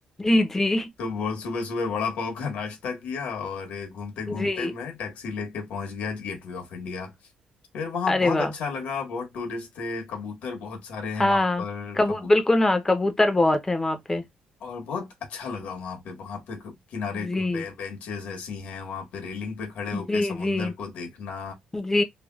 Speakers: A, on the left (about 15°); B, on the left (about 80°).
A: जी जी
B: तो वो सुबह सुबह वड़ा पाव का नाश्ता किया और घूमते घूमते
A: जी
B: मैं टैक्सी लेके पहुंच गया गेटवे ऑफ इंडिया फिर वहां
A: अरे
B: बहुत
A: वाह
B: अच्छा लगा बहुत टूरिस्ट थे कबूतर बहुत सारे हैं
A: हाँ
B: वहां पर
A: कबू
B: कबूतर
A: बिल्कुल हाँ कबूतर बहुत है वहां पे
B: और बहुत अच्छा लगा वहां पे वहां पे किनारे
A: जी
B: बेंचेस ऐसी हैं वहां पे रेलिंग पे खड़े होके
A: जी
B: समुंदर
A: जी
B: को देखना
A: जी